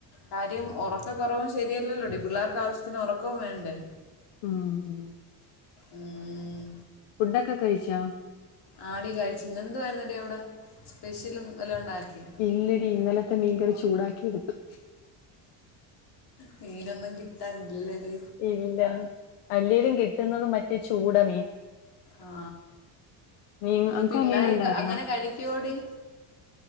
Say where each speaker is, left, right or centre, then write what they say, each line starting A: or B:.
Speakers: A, on the left; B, on the left.
A: കാര്യം ഒറക്കക്കുറവും ശെരിയല്ലല്ലോടി പിള്ളേർക്കാവശ്യത്തിന് ഒറക്കവും വേണ്ടേ
B: ഉം ഉം
A: ഉം
B: ഫുഡ്ഡൊക്കെ കഴിച്ചാ
A: ആടി കഴിച്ചു ഇന്നെന്തുവായിരുന്നെടി അവിടെ സ്പെഷ്യൽ വല്ലതും ഉണ്ടാക്കിയോ
B: ഇല്ലടി ഇന്നലത്തെ മീൻകറി ചൂടാക്കി എടുത്തു
A: മീനൊന്നും കിട്ടാനില്ലല്ലേടി
B: ഇല്ല അല്ലേലും കിട്ടുന്നത് മറ്റേ ചൂടമീൻ
A: ആ
B: മീൻ അനക്കോ
A: ഈ പിള്ളേർ
B: മീനുണ്ടായിരുന്നോ
A: അങ്ങനെ കഴിക്കുവോടി